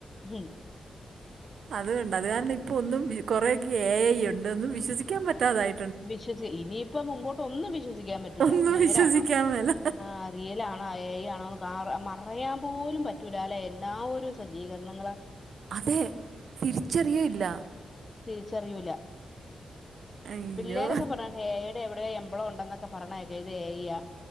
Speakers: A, on the left (about 25°); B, on the right (about 75°).
A: ഉം
B: അതുകൊണ്ട് അത് കാരണം ഇപ്പോ ഒന്നും വി കുറെയൊക്കെ എ ഐ യൊണ്ട് ഒന്നും വിശ്വസിക്ക് ക്ക്യാൻ പറ്റാതായി.
A: വിശ്വസി ഇനിയിപ്പ മുമ്പോട്ടൊന്നും വിശ്വസിക്കാൻ പറ്റൂല്ല
B: ഒന്നും
A: നേരാണോ
B: വിശ്വസിക്കാൻ മേല
A: ആഹ് റിയാലാണോ ഏയ് ആണോ കാര മറയാൻ പോലും പറ്റൂലാല്ലെ എല്ലാ ഒരു സജ്ജീകരണങ്ങളാ.
B: അതേ തിരിച്ചറിയേയില്ല.
A: തിരിച്ചറിയൂല്ല
B: അയ്യോ
A: പിള്ളേരൊക്കെ പറയണ് ഏയാൺ. എവിടെയോ യെമ്പളൊണ്ടന്നക്ക പറണേക്കാം ഇത് എഇ യാ